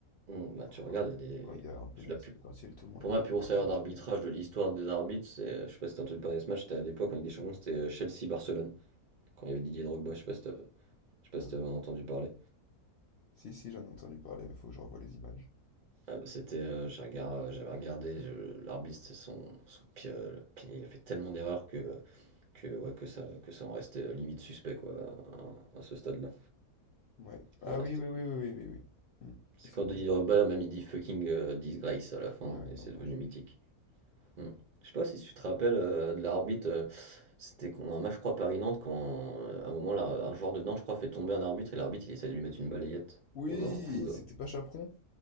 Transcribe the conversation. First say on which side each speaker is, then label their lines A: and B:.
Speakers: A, on the right; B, on the left.
A: on- bah, tu regardes,
B: quand
A: il y a
B: quand
A: des.
B: il y a un penalty
A: La
B: potentiel, tout le monde
A: Pour
B: l'y
A: moi,
B: croit.
A: le plus gros salaire d'arbitrage de l'histoire des arbitres, c'est, je sais pas si t'as entendu parler de ce match, c'était à l'époque en Ligue des Champions, c'était euh, Chelsea-Barcelone, quand il y avait Didier Drogba, je sais pas si t'as- je sais pas
B: Ah.
A: si t'avais entendu parler.
B: Si, si, j'en ai entendu parler, mais faut que je revoie les images.
A: Ah bah, c'était, euh, j'ai regard- j'avais regardé, je- l'arbitre, c'était son, son pire, le pire- il a fait tellement d'erreurs que, que, ouais, que, ça, que ça en restait euh, limite suspect quoi, à, à- à ce stade-là.
B: Ouais. Ah
A: Ça en restait-
B: oui, oui, oui, oui, oui, oui, oui. Hmm.
A: C'est
B: C'est
A: quand
B: bon,
A: Didier
B: je l'ai.
A: Drogba, même il dit fucking euh, disgrace à la fin,
B: Ouais,
A: et
B: non,
A: c'est
B: non,
A: devenu
B: je l'ai.
A: mythique.
B: je l'ai.
A: Mmh. Je sais pas si tu te rappelles, heu, de l'arbitre, heu, c'était con un match je crois Paris-Nantes quand, heu, à un moment là, un joueur de Nantes je crois fait tomber un arbitre et l'arbitre il essaie de lui mettre une balayette
B: Oui,
A: ou un coup, heu
B: c'était pas Chaperon.